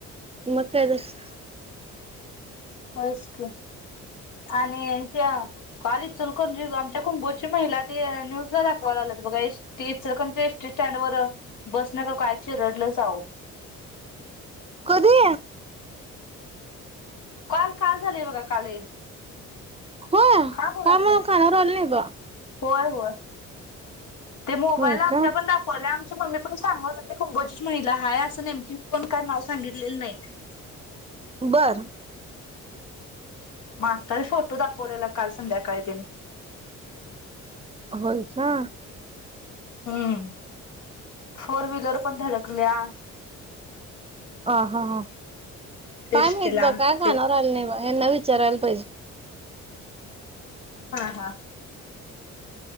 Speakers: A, on the right; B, on the left.
A: <unintelligible>
B: मस्क आणि ह्या कॉलेज चल करून आमच्या कुंभोची महिला ते न्यूज ला दाखवा लात बघा एसी एसटी स्टँड व बस न का काय चिरडलंच आवो.
A: कधी!
B: काल काल झालंय बघा काल.
A: हो
B: हा बोला
A: का मला
B: की
A: कानावर आलंनी बगा.
B: होय होय ते मोबाईल
A: होय
B: आमच्या
A: का
B: पण दाखवले आमची मम्मी त पण सांग कुंकोजीच महिला हाय असं नेमकी कोण काय नाव सांगितलेलं नाहीत.
A: बर
B: मग आता फोटो दाखवलेला काल संध्याकाळी तेने
A: अच्छा.
B: हम्म फोर व्हिलर पण धडकल्या
A: ह हा हा काय
B: एसटीला
A: माहित बाघा काय काणावर
B: ते
A: आलं नाही बगा यांना विचारायला पाहिजे.
B: हा हा.